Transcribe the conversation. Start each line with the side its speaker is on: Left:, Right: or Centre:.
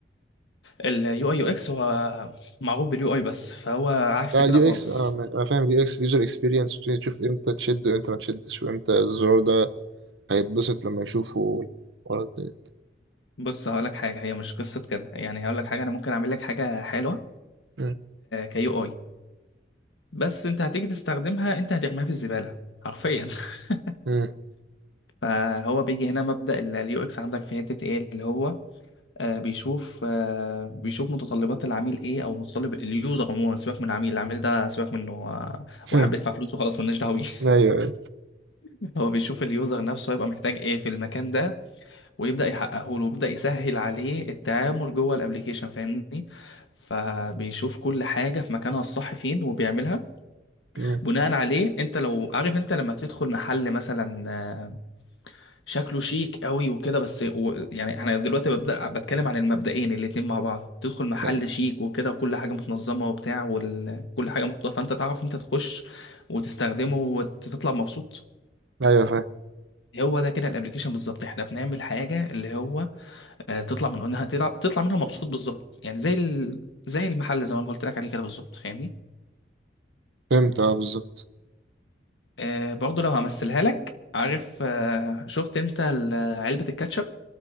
Left: اليو اي يو اكس هو معروف باليو اي بس فهو عكس
Right: لا
Left: كده
Right: اليو
Left: خالص
Right: اكس انا فاهم اليو اكس اليوزر اكسبيرينس تشوف امتى تشد وامتى ما تشدش وامتى الزرار ده هيتبسط لما يشوفه الولد ده
Left: بص هقول لك حاجه هي مش قصه كده يعني هقول لك حاجه انا ممكن اعمل لك حاجه حلوه
Right: مم.
Left: كيو اي بس انت هتيجي تستخدمها انت هترميها في الزبالة حرفيا <laughs>
Right: مم.
Left: فهو بيجي هنا مبدأ اليو اكس عندك في حتة ايه اللي هو آه بيشوف آه بيشوف متطلبات العميل ايه او متطلب اليوزر عموما سيبك من العميل العميل ده سيبك منه آه واحد
Right: مم.
Left: بيدفع فلوسه خلاص ملناش دعوه بيه
Right: ايوه ايوه
Left: <laughs> هو بيشوف اليوزر نفسه هيبقى محتاج ايه في المكان ده ويبدأ يحققه له ويبدأ يسهل عليه التعامل جوه الابليكيشن فاهمني فبيشوف كل حاجة في مكانها الصح فين وبيعملها
Right: مم.
Left: بناء عليه انت لو عارف انت لما تدخل محل مثلا آه، شكله شيك قوي وكده بس و يعني احنا دلوقتي ببدأ بتكلم عن المبدئين الاتنين مع بعض تدخل محل
Right: يعني-
Left: شيك وكده وكل حاجة متنظمة وبتاع وكل حاجة محطوطة فانت تعرف انت تخش وتستخدمه وتطلع مبسوط
Right: ايوه فاهم
Left: هو ده كده الابليكيشن بالظبط احنا بنعمل حاجة اللي هو آه، تطلع من انها تطلع تطلع منها مبسوط بالظبط يعني زي ال... زي المحل زي ما أنا قلت لك عليه كده بالظبط فاهمني
Right: فهمت اه بالظبط
Left: آه برضه لو همثلها لك عارف آه شفت انت ال- علبة الكاتشب